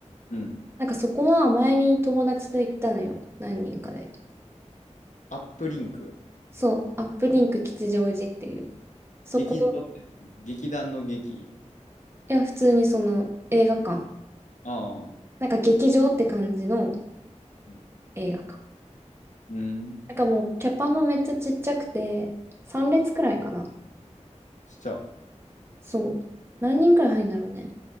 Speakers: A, on the left; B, on the right.
A: うん。
B: なんかそこは前に友達と行ったのよ。何人かで。
A: アップリンク。
B: そう、アップリンク吉祥寺っていう。そこ、
A: 劇場って、劇団の劇。
B: いや、普通にその映画館。
A: ああ。
B: なんか劇場って感じの
A: うん。
B: 映画館。
A: うん
B: なんかもうキャパもめっちゃちっちゃくて、3列くらいかな。
A: しちゃう。
B: そう。何人くらい入るんだろうね。